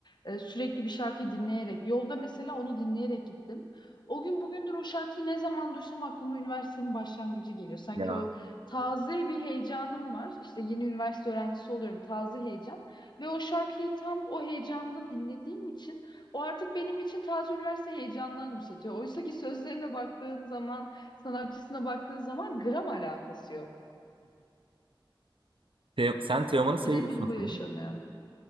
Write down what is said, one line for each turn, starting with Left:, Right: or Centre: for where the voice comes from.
Left: e, sürekli bir şarkıyı dinleyerek yolda mesela onu dinleyerek gittim. O gün bugündür o şarkıyı ne zaman duysam aklıma üniversitenin başlangıcı geliyor. Sanki
Right: Ya.
Left: o taze bir heyecanım var. İşte yeni üniversite öğrencisi oluyorum taze heyecan ve o şarkıyı tam o heyecanda dinlediğim için o artık benim için taze üniversite heyecanını anımsatıyor. Oysa ki sözlerine baktığın zaman, sanatçısına baktığın zaman gram alakası yok.
Right: Te- sen Teoman'ı seviyorsun
Left: Birebir
Right: o
Left: bu
Right: zaman.
Left: yaşanıyor.